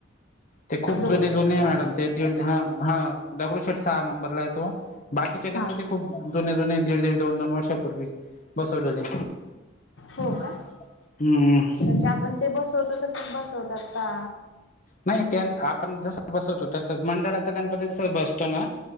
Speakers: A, on the left; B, on the left.
A: ते खूप
B: दगडूशेठ
A: जुने जुने आहे
B: का?
A: मॅडम ते दीड ह हा दगडूशेठ सहा नंबरला आहे तो. बाकीचे गणपती
B: हा
A: खूप जुने जुने दीड दीड दोन दोन वर्षापूर्वी बसवलेले.
B: हो
A: हम्म
B: का
A: हम्म.
B: म्हणजे आपण ते बसवत तस बसवतात का?
A: नाही त्या आपण जस बसवतो तसच मंडळाच गणपती तस बसतो ना.